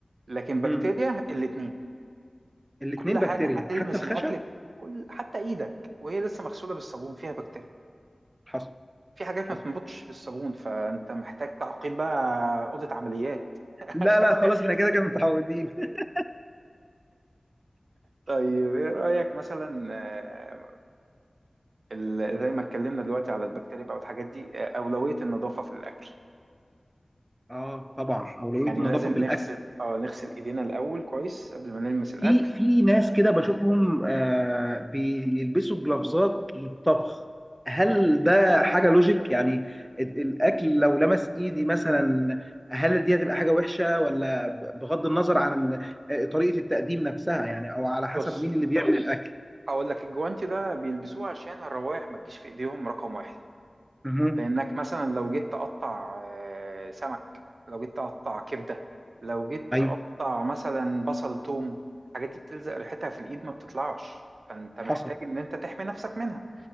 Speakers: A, on the right; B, on the right.
A: لكن بكتيريا
B: مم.
A: الاتنين
B: الاتنين
A: كل حاجة
B: بكتيريا
A: هتلمس
B: حتى الخشب
A: الأكل كل حتى إيدك وهي لسه مغسولة بالصابون فيها بكتيريا
B: حصل
A: في حاجات
B: حصل
A: ما بتنبطش بالصابون فأنت محتاج تعقيم بقى أوضة عمليات <laughs>
B: لا
A: عشان
B: لا
A: <laughs>
B: خلاص احنا كده كده متعودين <laughs>
A: طيب إيه رأيك مثلا آه، ال- زي ما اتكلمنا دلوقتي على البكتيريا بقى والحاجات دي آه، أولوية النظافة في الأكل
B: اه طبعا أولوية
A: يعني
B: النظافة
A: لازم
B: في الأكل
A: نغسل اه نغسل ايدينا الأول كويس قبل ما نلمس الأكل
B: في في ناس كده بشوفهم آه بيلبسوا جلافزات للطبخ هل ده حاجة لوجيك يعني ال- الأكل لو لمس إيدي مثلا هل دي هتبقى حاجة وحشة ولا ب- بغض النظر عن آه، طريقة التقديم نفسها يعني أو على
A: بص
B: حسب مين اللي بيعمل الأكل
A: هقول لك الجوانتي ده بيلبسوه عشان الروائح ما تجيش في ايديهم رقم واحد
B: مهم.
A: لانك مثلا لو جيت تقطع آه، سمك لو جيت تقطع كبده لو جيت
B: أيوه
A: تقطع مثلا بصل توم الحاجات دي بتلزق ريحتها في الايد ما بتطلعش فانت محتاج
B: حصل
A: ان انت تحمي نفسك منها